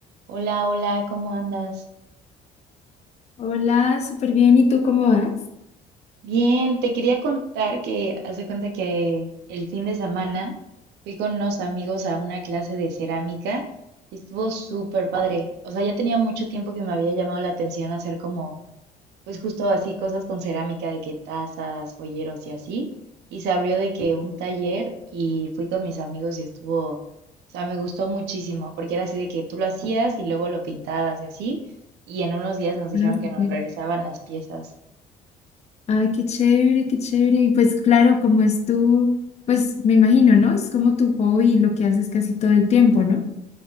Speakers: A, on the right (about 80°); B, on the left (about 40°).
A: Hola, hola, ¿cómo andas?
B: Hola, súper bien. ¿Y tú cómo vas?
A: Bien, te quería contar que haz de cuenta que el fin de semana fui con unos amigos a una clase de cerámica y estuvo súper padre. O sea, ya tenía mucho tiempo que me había llamado la atención hacer como pues justo así cosas con cerámica, de que tazas, joyeros y así. Y se abrió de que un taller y fui con mis amigos y estuvo, o sea, me gustó muchísimo, porque era así de que tú lo hacías y luego lo pintabas y así. Y en unos días nos dijeron
B: Ah,
A: que
B: súper.
A: nos regresaban las piezas.
B: Ay, qué chévere, qué chévere. Y pues claro, como es tu, pues me imagino, ¿no? Es como tu hobby, lo que haces casi todo el tiempo, ¿no?